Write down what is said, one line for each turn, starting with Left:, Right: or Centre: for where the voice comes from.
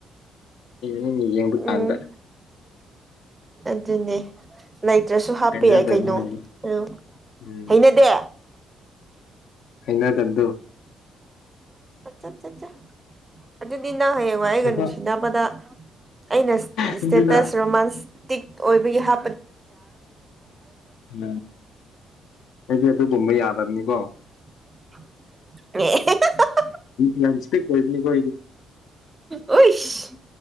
Left: ꯎꯝ ꯌꯦꯡꯕ ꯀꯥꯟꯗ
Right: ꯎꯝ ꯑꯗꯨꯅꯦ ꯂꯩꯇ꯭ꯔꯁꯨ ꯍꯥꯞꯄ
Left: ꯍꯩꯅꯗꯕꯅꯤ
Right: ꯌꯥꯏ ꯀꯩꯅꯣ ꯎ
Left: ꯎꯝ
Right: ꯍꯩꯅꯗꯦ
Left: ꯑꯩꯅ ꯇꯗꯨꯣ
Right: ꯠꯠ ꯑꯗꯨꯗꯤ ꯏ ꯅꯪ ꯍꯌꯦꯡꯋꯥ ꯍꯥꯏꯒ
Left: ꯅꯨꯄꯥ
Right: ꯅꯨꯡꯁꯤꯗꯄꯗ ꯑꯩꯅ ꯏꯁꯇꯦꯇꯁ
Left: ꯁꯤꯡꯖꯨꯗ
Right: ꯔꯣꯃꯥꯟꯇꯤꯛ ꯑꯣꯏꯕꯒꯤ ꯍꯥ
Left: ꯎꯝ ꯑꯩꯁꯦ ꯑꯗꯨꯒꯨꯝꯕ ꯌꯥꯗꯕꯅꯤꯀꯣ
Right: ꯑꯦ
Left: ꯅꯁꯦ ꯄꯣꯏꯕꯅꯤ ꯀꯣ
Right: ꯑꯣꯏꯏꯁ